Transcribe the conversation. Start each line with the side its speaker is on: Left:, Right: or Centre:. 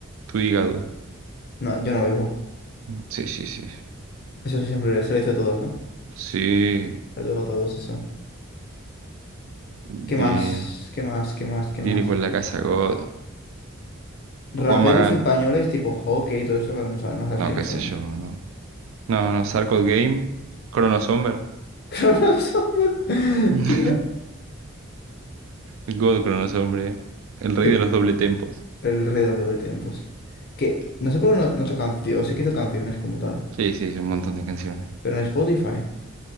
Right: Tu hígado.
Left: No, yo no bebo.
Right: Sí, sí, sí.
Left: Eso siempre se lo hizo a todos, ¿no?
Right: Sí.
Left: Se lo digo a todos eso.
Right: De
Left: ¿Qué más? ¿Qué más? ¿Qué más? ¿Qué
Right: Lírico
Left: más?
Right: en la Casa God.
Left: Raperos
Right: Juan Magán.
Left: españoles tipo Hockey y todo eso, no sabes, no sabes
Right: No,
Left: quiénes
Right: qué sé
Left: son,
Right: yo,
Left: ¿no?
Right: no. No, no. Sarcod Game. Chrono Somber.
Left: <laughs> Cronosomer.
Right: <laughs>
Left: Tira.
Right: God Chrono Sombre. El rey
Left: Que-
Right: de los doble tempos.
Left: El rey del doble tiempos. Que no sé por qué no, no ha hecho canciones. Sí que hizo canciones como tal.
Right: Sí, sí, un montón de canciones.
Left: Pero en Spotify.